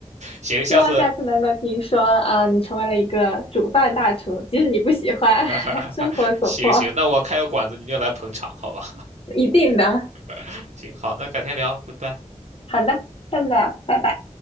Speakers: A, on the left (about 50°); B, on the right (about 70°).
A: <laughs>
B: 行，
A: 希望下次能够听说，
B: 下次
A: 啊，你成为了一个煮饭大厨，即使你不喜欢，
B: <laughs>
A: <laughs> 生活所迫，
B: 行行，那我开个馆子，你就来捧场，好吧？
A: 一定的。
B: <laughs> 行，好，那改天聊，拜拜。
A: 好的，下次聊，拜拜。